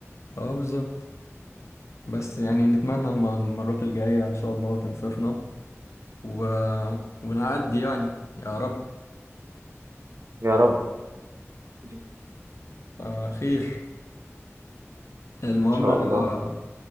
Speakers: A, on the left; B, on the right.
A: اه بالظبط بس يعني نتمنى الم- المرات الجاية ان شاء الله تنصفنا و... ونعدي يعني يا رب
B: يا رب ان
A: آه خير المهم
B: شاء
A: انا
B: الله